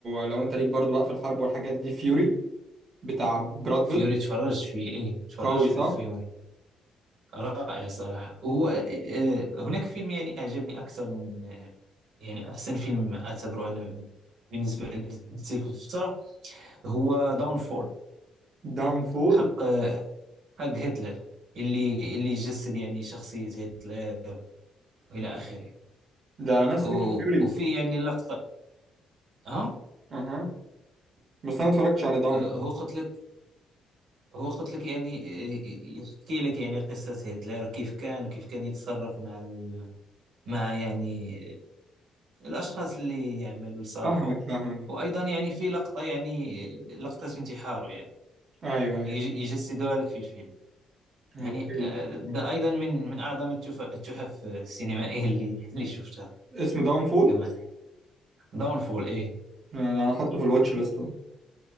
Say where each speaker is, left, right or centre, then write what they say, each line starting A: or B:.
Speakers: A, on the right; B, on the right.
A: لو انت ليك برضه بقى في الحرب والحاجات دي فيوري بتاع براد
B: فيوري
A: بيت
B: تفرجت فيه ايه تفرجت
A: قوي
B: في
A: صح؟
B: فيوري رائع صراحة هو آه، آه، هناك فيلم يعني أعجبني أكثر من آه، يعني أحسن فيلم أعتبره أنا بالنسبة لتلك الفترة هو داون فول
A: داون فول
B: حق حق هتلر اللي اللي جسد يعني شخصية هتلر وإلى آخره
A: ده نفس
B: و-
A: فكرة فيوري
B: وفي يعني لقطة ها
A: اها بس انا ما اتفرجتش على داون
B: آه،
A: فول
B: هو قلت لك هو قلت لك يعني آه، يحكي لك يعني قصة هتلر كيف كان كيف كان يتصرف مع ال... مع يعني الأشخاص اللي يعملوا لصالحه
A: فاهمك فاهمك
B: وأيضا يعني في لقطة يعني لقطة انتحاره يعني
A: ايوه ايوه
B: يج- يجسدوها لك في الفيلم
A: اوكي
B: يعني آه، ده أيضا من من أعظم التف- التحف السينمائية اللي اللي شفتها
A: اسمه داون فول
B: كمان داونفول إيه إن
A: انا هحطه في الواتش ليست أهو.